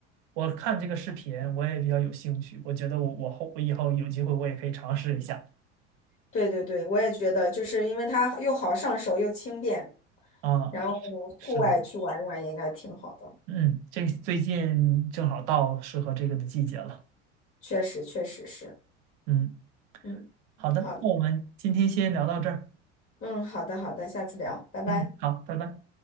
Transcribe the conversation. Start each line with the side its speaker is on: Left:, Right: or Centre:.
Right: 我，看这个视频我也比较有兴趣，我觉得我我后我以后有机会我也可以尝试一下。
Left: 对对对，我也觉得，就是因为它又好上手又轻便，
Right: 啊，
Left: 然后户外去玩一玩也应该挺好的。
Right: 是的，嗯，这个最近正好到适合这个的季节了。
Left: 确实，确实是，
Right: 嗯，
Left: 嗯，
Right: 好的，
Left: 好，
Right: 那我们今天先聊到这儿。
Left: 嗯，好的，好的，下次聊，拜拜。
Right: 嗯，好，拜拜。